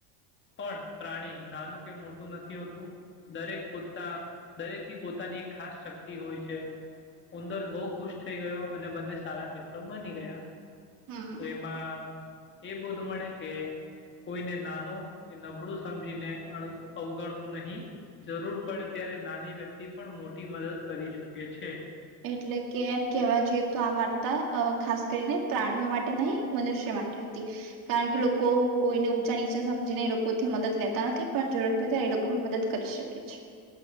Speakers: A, on the left; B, on the right.
A: પણ પ્રાણી નાનું કે મોટું નથી હોતું દરેક પોતા દરેક ની પોતાની એક ખાસ શક્તિ હોય છે. ઉંદર બહુ ખુશ થઈ ગયો. અને બંને સારા મિત્રો બની ગયા.
B: હમ
A: તો
B: હમ
A: એમાં એ બોધ મળે કે કોઈને નાનો કે નબળું સમજીને અણ અવગણવું નહીં જરૂર પડે ત્યારે નાની વ્યક્ત તી પણ મોટી મદદ કરી શકે છે.
B: એટલે કે એમ કેવા જોઈએ તો આ વાર્તા અ ખાસ કરીને પ્રાણીઓ માટે નહી મનુષ્ય માટે હતી. કારણ કે લોકો કોઈને ઊંચા નીચા સમજીને એ લોકો મદદ લેતા નથી પણ જરૂરત પડે તા એ લોકો પણ મદદ કરી શકે છે.